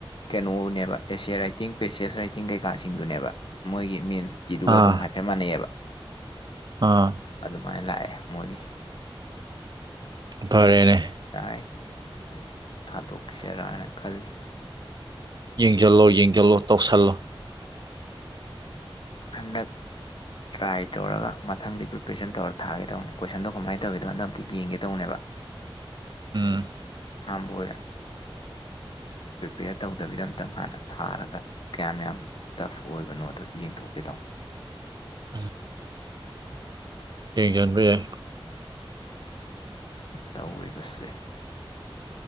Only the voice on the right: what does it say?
ꯑꯥ
ꯑꯥ
ꯐꯔꯦꯅꯦ
ꯌꯦꯡꯁꯤꯜꯂꯣ ꯌꯦꯡꯁꯤꯜꯂꯣ ꯇꯧꯁꯤꯜꯂꯣ
ꯎꯝ
<unintelligible> ꯌꯦꯡ ꯆꯟꯕ ꯌꯥꯏ